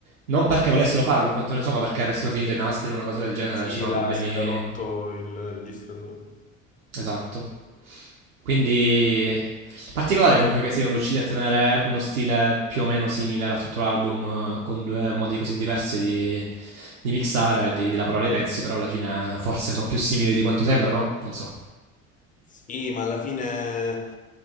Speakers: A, on the right (about 85°); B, on the left (about 20°).
A: Non perché volessero farlo, a quanto ne so, ma perché avessero finito i nastri, una cosa del genere,
B: Sì,
A: c'erano
B: là
A: problemi...
B: si era rotto il registratore.
A: Esatto. Quindi particolare comunque che siano riusciti a tenere uno stile più o meno simile per tutto l'album, eh, con due modi così diversi di, di mixare e di lavorare i pezzi, però alla fine forse sono più simili di quanto sembrano, non so.
B: Sì, ma alla fine,